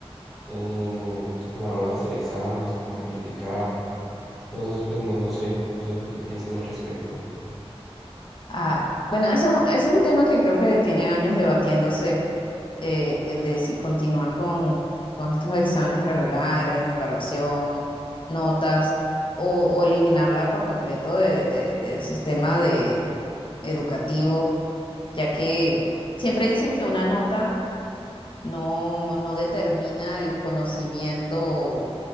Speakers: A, in the centre; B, on the left.
A: em, a la hora de hacer exámenes, como de calificar. Entonces pues no, no sé, no sé tú qué piensas al respecto.
B: Ah, bueno, eso, eso es un tema que creo que tiene años debatiéndose, eh, el de si continuar con, con estos exámenes regulares, evaluación, notas, o, o eliminarla por completo de- de- del sistema de, educativo, ya que siempre dicen que una nota no, no determina el conocimiento